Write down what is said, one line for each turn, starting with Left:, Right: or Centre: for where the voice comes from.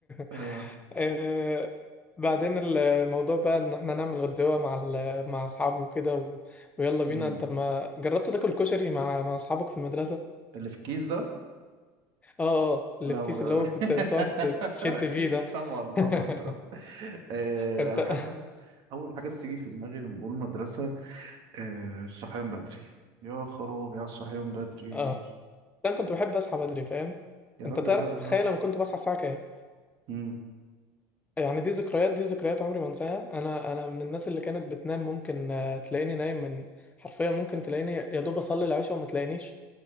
Right: آه.
Left: <laughs> آه، بعدين الموضوع بقى ان احنا نعمل غداوة مع ال... مع اصحابي وكده و... ويلا
Right: مم.
Left: بينا انت ما جربت تاكل كشري مع مع اصحابك في المدرسة
Right: اللي في الكيس ده
Left: اه اه اللي
Right: لا
Left: في
Right: ما
Left: كيس
Right: جربت
Left: اللي هو بت...
Right: <laughs>
Left: بتقعد تشد
Right: اكيد
Left: فيه ده
Right: طبعا
Left: <laughs>
Right: طبعا جربت آه
Left: انت
Right: انا حاسس اول حاجه بتيجي في دماغي لما بقول مدرسه آه الصحيان بدري يا خراب يا الصحيان بدري
Left: اه لا، انا كنت بحب اصحى بدري فاهم
Right: يا
Left: انت
Right: راجل
Left: تعرف
Right: لا
Left: تتخيل
Right: يا راجل
Left: انا كنت بصحى الساعه كام
Right: امم
Left: يعني دي ذكريات دي ذكريات عمري ما انساها انا انا من الناس اللي كانت بتنام ممكن آه، تلاقيني نايم من حرفيا ممكن تلاقيني يا دوب اصلي العشاء وما تلاقينيش